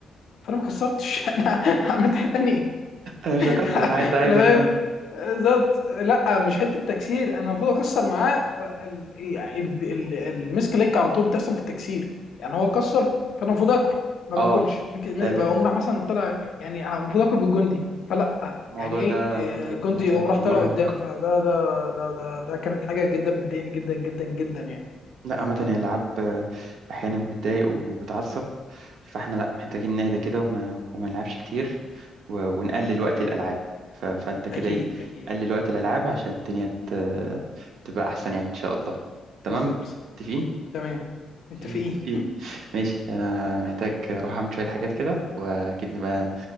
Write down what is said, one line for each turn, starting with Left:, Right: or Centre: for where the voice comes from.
Left: فانا ما كسرتش <laughs> انا عملت حاجه تانيه
Right: انا مش
Left: <laughs>
Right: هكسر انا عايز عايز
Left: انا
Right: اكمل
Left: فاهم ذات لا مش حته تكسير انا المفروض اكسر معاه ف ال- يعني ال- ال- المسك ليك على طول بتحصل في التكسير يعني هو كسر فانا المفروض اكل ما باكلش
Right: اه
Left: ممكن
Right: ده
Left: بقوم
Right: ده
Left: راح مثلا طلع يعني المفروض اكل بالجندي فلا
Right: الموضوع
Left: يعني ايه
Right: ده متعب
Left: آه، الجندي
Right: متعب
Left: يقوم راح طلع
Right: ومرهق
Left: قدام فده ده ده ده ده كانت حاجه جدا مضايقني جدا جدا جدا يعني
Right: لا عامه هي الالعاب آه، احيانا بتضايق وبتعصب فاحنا لا محتاجين نهدى كده وما وما نلعبش كتير و- ونقلل وقت الالعاب ف... فانت كده
Left: اكيد
Right: ايه
Left: اكيد
Right: قلل وقت الالعاب عشان الدنيا ت... تبقى احسن يعني ان شاء الله تمام
Left: بالظبط
Right: متفقين
Left: تمام متفقين
Right: متفقين ماشي انا محتاج اروح اعمل شوية حاجات كده واكيد نبقى